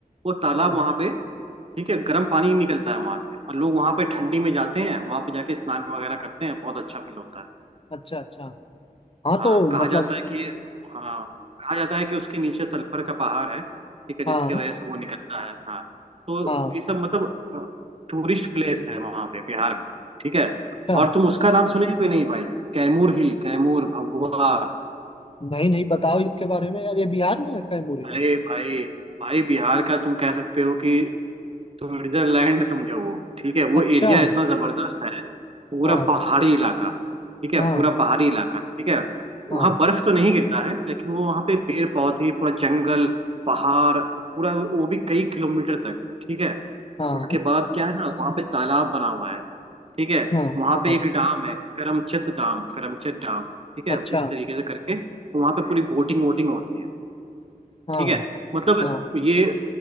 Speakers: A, on the right (about 40°); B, on the left (about 35°).
A: वो तालाब
B: हाँ
A: वहां पे ठीक है गर्म पानी ही निकलता है वहां से और लोग वहां पे ठंडी में जाते हैं वहां पे जाके स्नान वगैरह करते हैं बहुत अच्छा फील होता है
B: अच्छा अच्छा हाँ
A: हाँ
B: तो
A: कहा
B: मतलब
A: जाता है कि हाँ कहा जाता है कि उसके नीचे सल्फर का पहाड़ है ठीक है
B: हाँ
A: जिसकी वजह से वो निकलता है हाँ तो
B: हाँ
A: ये सब मतलब टूरिस्ट प्लेस है वहां पे बिहार में ठीक है
B: अच्छा
A: और तुम उसका नाम सुने भी नहीं भाई कैमूर हिल कैमूर भभुआ
B: नहीं नहीं बताओ इसके बारे में यार ये बिहार में है कैमूरिन
A: अरे भाई भाई बिहार का तुम कह सकते हो कि स्विट्जरलैंड समझो वो ठीक है वो
B: अच्छा
A: एरिया इतना जबरदस्त है पूरा
B: हाँ
A: पहाड़ी
B: हाँ
A: इलाका ठीक है
B: हाँ
A: पूरा पहाड़ी इलाका ठीक है
B: हाँ
A: वहाँ बर्फ तो नहीं गिरता है लेकिन वो वहाँ पे पेड़ पौधे पूरा जंगल पहाड़ पूरा वो भी कई किलोमीटर तक ठीक है
B: हाँ
A: उसके बाद क्या है ना वहाँ पे तालाब बना हुआ है ठीक है
B: हाँ
A: वहाँ
B: हाँ
A: पे एक डाम है करमचत डाम करमचत डाम ठीक है
B: अच्छा
A: इस तरीके से करके वहाँ पे पूरी बोटिंग वोटिंग होती है
B: हाँ
A: ठीक है मतलब
B: हाँ
A: ये